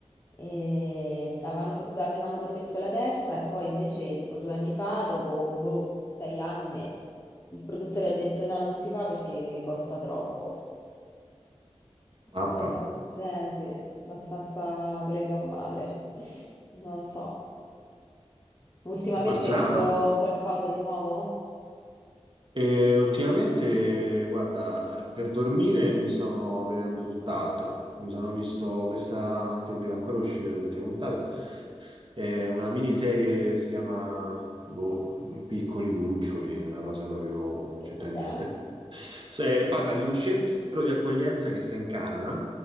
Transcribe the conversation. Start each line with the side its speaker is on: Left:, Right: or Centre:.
Left: e avevano, pro- avevano promesso la terza e poi invece tipo due anni fa, dopo boh, sei anni, il produttore ha detto no, non si fa perché costa troppo.
Right: Mappa.
Left: Presa, a- eh sì, abbastanza presa a male. Non lo so. Ultimamente
Right: Ma strano.
Left: hai visto qualcosa di nuovo?
Right: E ultimamente, guarda, eh, per dormire mi sono vedendo tutt'altro. Mi sono visto questa che deve ancora uscire l'ultima puntata. È una miniserie, si chiama boh, Piccoli Cuccioli, una cosa proprio, non
Left: Che
Right: c'entra
Left: cos'è?
Right: niente. Se- parla di un centro di accoglienza che sta in Canada